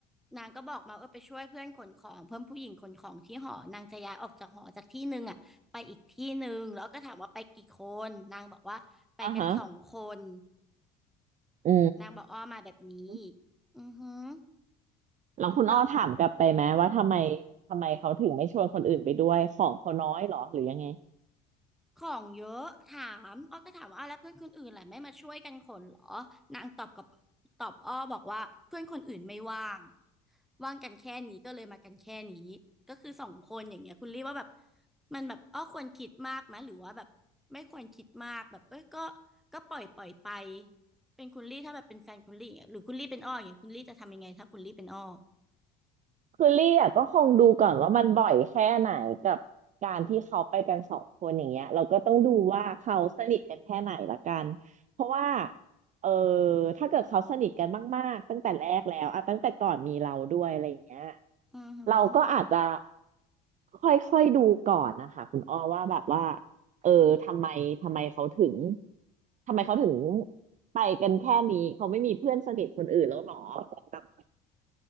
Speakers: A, in the centre; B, on the right.
A: นางก็บอกมาเออไปช่วยเพื่อนขนของเพื่อนผู้หญิงขนของที่หอนางจะย้ายออกจากหอจากที่หนึ่งอ่ะไปอีกที่หนึ่งแล้วอ้อก็ถามว่าไปกี่คนนางบอกว่าไปกันสองคน
B: อ่ะฮะอื
A: นางบอกอ้อมาแบบนี้
B: ม
A: อือหือ
B: แล้วคุณอ้อถามกลับไปไหมว่าทำไม
A: แล้ว
B: ทำไมเขาถึงไม่ชวนคนอื่นไปด้วยของเขาน้อยเหรอหรือยังไง
A: ของเยอะถามอ้อก็ถามว่าอ้าวแล้วเพื่อนคนอื่นแหละไม่มาช่วยกันขนเหรอนางตอบกับตอบอ้อบอกว่าเพื่อนคนอื่นไม่ว่างว่างกันแค่นี้ก็เลยมากันแค่นี้ก็คือสองคนอย่างเงี้ยคุณรีว่าแบบมันแบบอ้อควรคิดมากไหมหรือว่าแบบไม่ควรคิดมากแบบเอ้ยก็ก็ปล่อยปล่อยไปเป็นคุณลี่ถ้าแบบเป็นแฟนคุณลี่อย่างเงี้ยหรือคุณลี่เป็นอ้ออย่างเงี้ยคุณลี่จะทำยังไงถ้าคุณลี่เป็นอ้อ
B: คือลี่อะก็คงดูก่อนว่ามันบ่อยแค่ไหนกับการที่เขาไปกันสองคนอย่างเงี้ยเราก็ต้องดูว่าเขาสนิทกันแค่ไหนละกันเพราะว่าเออถ้าเกิดเขาสนิทกันมากๆตั้งแต่แรกแล้วอะตั้งแต่ก่อนมีเราด้วยอะไรอย่างเงี้ย
A: อือหือ
B: เราก็อาจจะค่อยๆดูก่อนนะคะคุณอ้อว่าแบบว่าเออทำไมทำไมเขาถึงทำไมเขาถึงไปกันแค่นี้เขาไม่มีเพื่อนสนิทคนอื่นแล้วหรอแบบ